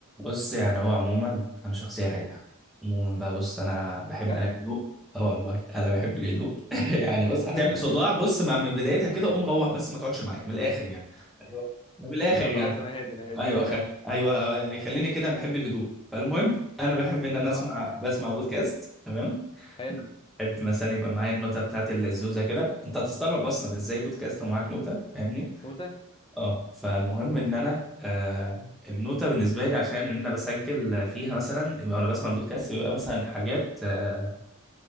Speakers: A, in the centre; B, on the left.
A: بص يعني هو عموما انا شخصيه رايقه عموما بقى بص انا بحب
B: بجد
A: انا الهدوء اه والله انا بحب الهدوء <laughs> يعني بص هتعمل
B: <laughs>
A: صداع بص ما من بدايتها كده قوم روح بس ما تقعدش معايا من الاخر يعني ايوه ده من الاخر
B: لا
A: يعني
B: خلاص انا هادي انا هادي
A: ايوه
B: ما تقلقش
A: خ... ايوه يعني خليني كده بحب الهدوء فالمهم انا بحب ان انا
B: اه
A: اسمع بسمع بودكاست تمام
B: حلو
A: بحب مثلا يبقى معايا النوتة بتاعتي اللزوزة كده انت هتستغرب اصلا ازاي بودكاست ومعاك نوتة فاهمني
B: نوتة
A: اه فالمهم ان انا آه النوته بالنسبه لي عشان ان انا بسجل فيها مثلا يبقى وانا بسمع البودكاست
B: مم.
A: بيبقى مثلا حاجات آه